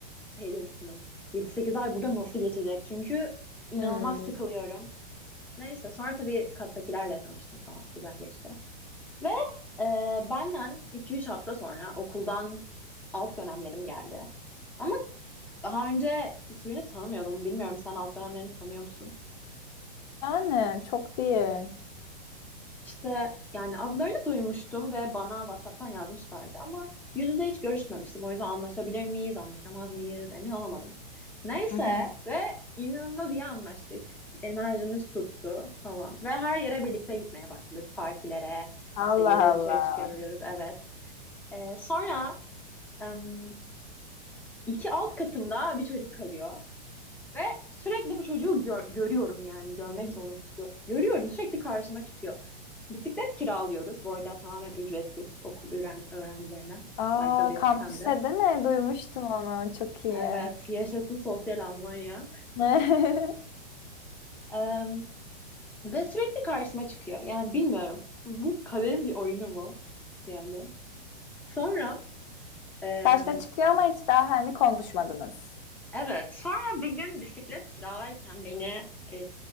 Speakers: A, in the centre; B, on the left (about 50°).
A: şey diye düşündüm. 7-8 ay burada nasıl geçecek? Çünkü inanılmaz
B: Hmm.
A: sıkılıyorum. Neyse sonra tabii kattakilerle tanıştım falan. Güzel geçti. Ve e, benden 2-3 hafta sonra okuldan alt dönemlerim geldi. Ama daha önce hiçbirini tanımıyordum. Bilmiyorum sen alt dönemlerini tanıyor musun?
B: Yani çok değil.
A: İşte yani adlarını duymuştum ve bana WhatsApp'tan yazmışlardı ama yüz yüze hiç görüşmemiştim. O yüzden anlaşabilir miyiz, anlaşamaz mıyız emin olamadım. Neyse
B: Hı hı.
A: ve inanılmaz iyi anlaştık. Enerjimiz tuttu falan ve her yere birlikte gitmeye başladık. Partilere,
B: Allah
A: işte gece
B: Allah.
A: dışarı çıkıyoruz, evet. Ee, sonra em, iki alt katımda bir çocuk kalıyor. Ve sürekli bu çocuğu gör- görüyorum yani görmek zorunda gö- görüyorum sürekli karşıma çıkıyor. Bisiklet kiralıyoruz. Bu arada tamamen ücretsiz okul öğren öğrencilerine.
B: Aa,
A: Harika bir
B: kampüse
A: sistemde.
B: değil mi? Duymuştum onu. Çok iyi.
A: Evet, yaşasın sosyal Almanya.
B: <laughs>
A: Ee, ve sürekli karşıma çıkıyor. Yani bilmiyorum. Bu kaderin bir oyunu mu? Yani. Sonra e,
B: Karşına çıkıyor ama hiç daha hani konuşmadınız.
A: evet, sonra bir gün bisiklet kiralarken beni e,